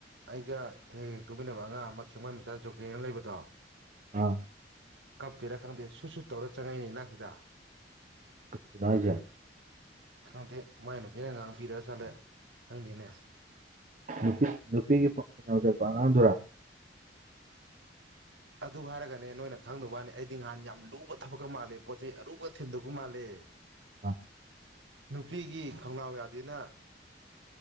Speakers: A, on the right; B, on the right.
A: ꯑꯩꯒ ꯍꯌꯦꯡ ꯇꯨꯃꯤꯟꯅꯕ ꯑꯉꯥꯡ ꯑꯃ ꯈꯦꯡꯃꯩ ꯃꯆꯥ ꯖꯣꯒꯦꯅ ꯂꯩꯕꯗꯣ
B: ꯑꯥ꯫
A: ꯀꯞꯄꯤꯔꯥ ꯈꯪꯗꯦ ꯁꯨ ꯁꯨ ꯇꯧꯔ ꯆꯪꯛꯏꯅꯤ ꯅꯪ ꯁꯤꯗ
B: ꯀꯩꯒꯤꯅꯣ ꯍꯥꯏꯖꯦ꯫
A: ꯈꯪꯗꯦ ꯃꯥꯏ ꯅꯨꯄꯤꯅ ꯉꯥꯡ ꯄꯤꯔ ꯆꯠꯂꯦ ꯈꯪꯗꯦꯅꯦ
B: ꯅꯨꯄꯤ ꯅꯨꯄꯤꯒꯤ ꯄꯈꯣꯟ ꯌꯥꯝ ꯆꯠꯄ ꯑꯉꯥꯡꯗꯨꯔꯥ꯫
A: ꯑꯗꯨ ꯍꯥꯏꯔꯒꯅꯦ ꯅꯣꯏꯅ ꯈꯪꯗꯕ ꯋꯥꯅꯤ ꯑꯩꯗꯤ ꯅꯍꯥꯟ ꯌꯥꯝ ꯂꯨꯕ ꯊꯕꯛꯀ ꯃꯥꯜꯂꯦ ꯄꯣꯠ ꯆꯩꯩ ꯑꯔꯨꯕ ꯊꯤꯟꯗꯣꯛꯄ ꯃꯥꯜꯂꯦ
B: ꯑ
A: ꯅꯨꯄꯤꯒꯤ ꯈꯣꯡꯅꯥꯎ ꯌꯥꯗꯦꯅ